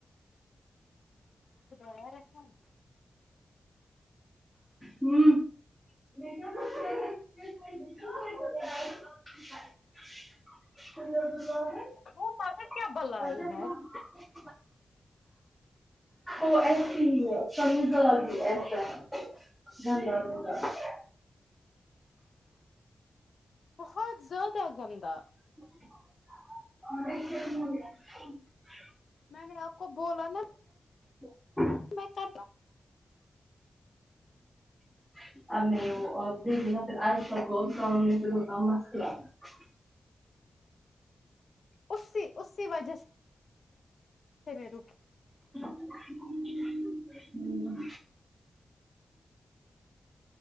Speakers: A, on the left (about 60°); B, in the centre.
A: یہ باہر رکھا
B: امم م <unintelligible> <unintelligible>
A: وہ مگر کیا بلائی ہے
B: وہ ایسی ہی ہے سمجھدار ہی ایسا ہے ج م <unintelligible>
A: بہت زیادہ گندا
B: جچ <inaudible> م م <unintelligible>
A: میں نے آپ کو بولا نا
B: <unintelligible>
A: میں کرنا
B: <unintelligible> فومے ہاؤس کو
A: اسی اسی وجہ سے سے میرے
B: امم امم